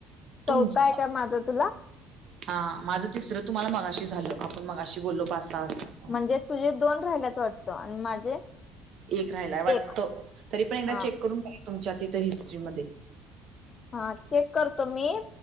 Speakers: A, on the right; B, on the left.
A: तुमचं
B: चौथा आहे का माझं तुला?
A: हा माझं तिसरं, तुम्हाला मगाशी झालं. आपण मगाशी बोललो पाच-सहा वाजता. तेव्हा
B: म्हणजे तुझे दोन राहिल्याच वाटतं आणि माझे?
A: एक राहिलाय वाटतं,
B: एक
A: तरी पण एकदा
B: हा
A: चेक करून घ्या तुमच्या तिथं हिस्ट्रीमध्ये.
B: हा चेक करतो मी,